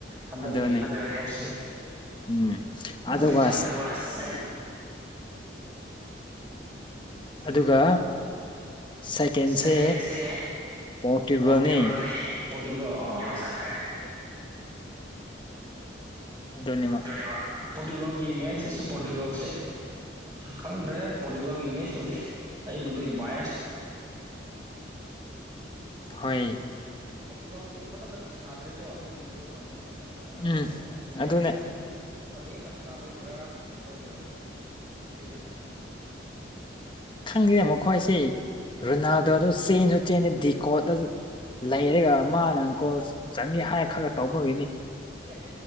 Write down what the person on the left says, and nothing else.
ꯑꯗꯨꯅꯦ
ꯎꯝ ꯑꯗꯨꯒ
ꯑꯗꯨꯒ ꯁꯥꯏꯀꯦꯟꯁꯦ
ꯄꯣꯔꯇꯨꯒꯜꯅꯤ
ꯑꯗꯨꯅꯦꯕ
ꯍꯣꯏ
ꯎꯝ
ꯑꯗꯨꯅ
ꯈꯪꯗꯦꯗ ꯃꯇꯣꯢꯁꯦ ꯔꯣꯅꯥꯜꯗꯣ ꯑꯗꯨ ꯆꯦꯟꯁꯨ ꯆꯦꯟꯗꯦ ꯗꯤꯀꯣꯗ ꯂꯩꯔꯒ ꯃꯥꯅ
ꯑꯪꯀꯣꯜ ꯆꯥꯟꯅꯤ ꯍꯥꯏꯅ ꯈꯔ ꯇꯧꯕꯒꯤꯅꯤ